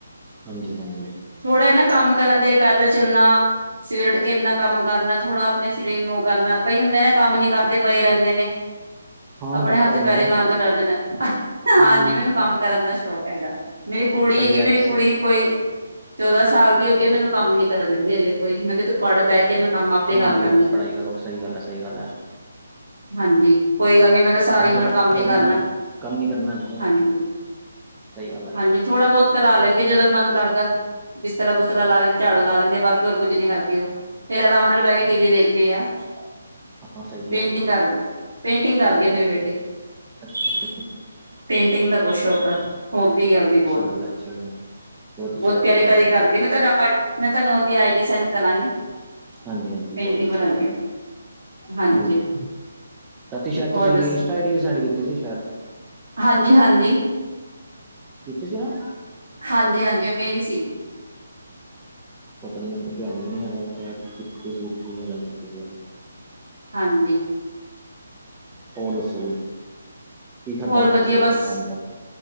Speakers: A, on the right (about 20°); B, on the right (about 75°).
A: ਹਾਂਜੀ -ਹਾਂਜੀ।
B: ਥੋੜਾ ਜਾ ਨਾ ਕੰਮ ਕਰਨ ਤੇ ਪੈਦਲ ਚੱਲਣਾ, ਸਵੇਰੇ ਉੱਠ ਕੇ ਇੰਨਾ ਕੰਮ ਕਰਨਾ ਥੋੜਾ। ਆਪਣੇ ਸਰੀਰ ਨੂੰ ਉਹੋ ਕਰਨਾ, ਕਈ ਹੁੰਦੇ ਨਾ ਕੰਮ ਨੀ ਕਰਦੇ ਪਏ ਰਹਿੰਦੇ ਨੇ।
A: ਹਾਂ
B: ਆਪਣੇ
A: ਮੋਟਾਪਾ
B: ਹੱਥ
A: ਹੋ ਜਾਂਦਾ
B: ਪੈਰੇ ਹਿਲਾਣ ਤੋਂ ਡਰਦੇ ਨੇ ਹਾਂਜੀ,
A: ਹਮ
B: ਮੈਨੂੰ ਕੰਮ ਕਰਨ ਦਾ ਸ਼ੌਕ ਹੈਗਾ। ਮੇਰੀ ਕੁੜੀ
A: ਸਹੀ
B: ਹੈਗੀ ਐ,
A: ਹੈ
B: ਮੇਰੀ
A: ਅੱਛੀ
B: ਕੁੜੀ ਕੋਈ ਚੌਦਾਂ ਸਾਲ ਦੀ ਹੋ ਗਈ, ਮੈਨੂੰ ਕੰਮ ਨੀ ਕਰਨ ਦਿੰਦੀ ਹਾਲੇ ਕੋਈ, ਮੈਂ ਕਿਹਾ ਤੂੰ ਪੜ੍ਹ ਬਹਿ ਕੇ ਮੈਂ ਕੰਮ ਆਪੇ ਕਰ
A: ਹਜੇ
B: ਲਾਂਗੀ
A: ਤੱਕ ਪੜ੍ਹਾਈ ਕਰੋ, ਸਹੀ ਗੱਲ ਹੈ, ਸਹੀ ਗੱਲ।
B: ਹਾਂਜੀ, ਕੋਈ ਗੱਲ ਨੀ ਮੈਂ ਕਿਹਾ ਸ ਸਾਰੀ
A: ਅੱਗੇ
B: ਉਮਰ ਕੰਮ ਹੀ ਕਰਨਾ।
A: ਹੈ ਕੰਮ ਹੀ ਕਰਨਾ ਅੱਗੋਂ
B: ਹਾਂਜੀ,
A: ਸਹੀ ਗੱਲ ਹੈ
B: ਹਾਂਜੀ। ਥੋੜਾ ਬਹੁਤ ਕਰਾ ਲੈਂਦੀ ਆ, ਜਦ ਮਨ ਕਰਦਾ। ਬਿਸਤਰਾ-ਬੁਿਸਤਰਾ ਲਾ ਦਿੰਦੀ ਝਾੜੂ ਲਾ ਦਿੰਦੀ ਆ ਬਾਕੀ ਹੋਰ ਕੁੱਝ ਨੀ ਕਰਦੇ ਉਹ ਫੇਰ ਆਰਾਮ ਨਾਲ ਬਹਿ ਕੇ <unintelligible>
A: ਹਾਂ ਸਹੀ
B: ਪੇਂਟਿੰਗ
A: ਹੈ
B: ਕਰਦੀ <inaudible> ਪੇਂਟਿੰਗ ਕਰਦੀ ਆ ਮੇਰੀ ਬੇਟੀ
A: ਅੱਛਾ।
B: <unintelligible>
A: <unintelligible>
B: ਪੇਂਟਿੰਗ ਦਾ ਬਹੁਤ ਸ਼ੌਕ ਆ ਹੋਬੀ ਆ ਉਹਦੀ
A: ਅੱਛੀ
B: ਬਹੁਤ
A: ਗੱਲ ਹੈ ਅੱਛੀ ਗੱਲ
B: <inaudible>
A: ਹੈ
B: <inaudible>
A: ਅੱਛੀ
B: ਬਹੁਤ
A: ਗੱਲ
B: ਪਿਆਰੀ-ਪਿਆਰੀ
A: ਹੈ ਪੇਂਟਿੰਗ
B: ਕਰਦੀ
A: ਦਾ
B: ਮੈਂ ਤੁਹਾਨੂੰ ਮੈਂ ਤੁਹਾਨੂੰ ਉਹਦੀ ਆਈ ਡੀ ਸੈਂਡ ਕਰਾਂਗੀ।
A: ਹਾਂਜੀ ਹਾਂਜੀ
B: ਪੇਂਟਿੰਗ
A: ਕੋਈ <unintelligible> ਨੀ
B: ਬਣਾਦੀ ਹਾਂਜੀ
A: ਰਾਤੀ ਸ਼ਾਇਦ ਤੁਸੀਂ
B: ਹੋਰ ਦੱਸੋ
A: ਇੰਸਟਾ ਆ ਡੀ ਸੈਂਡ ਕੀਤੀ ਸੀ ਸ਼ਾਇਦ
B: ਹਾਂਜੀ ਹਾਂਜੀ
A: ਕੀਤੀ
B: <inaudible>
A: ਸੀ ਨਾ
B: ਹਾਂਜੀ ਹਾਂਜੀ ਮੇਰੀ ਸੀਗੀ
A: ਪਤਾ ਨੀ ਮੈਨੂੰ ਧਿਆਨ ਵੀ ਨੀ ਹੈਗਾ ਸੀ <unintelligible> ਕੀਤੀ ਸੀ।
B: ਹਾਂਜੀ।
A: ਹੋਰ ਦੱਸੋ ਜੀ? ਕੀ ਖਾਦਾ
B: ਹੋਰ
A: ਅੱਜ
B: ਵਧੀਆ
A: ਫੇਰ ਸਵੇਰ
B: ਬਸ
A: ਤੋਂ ਸ਼ਾਮ ਤੱਕ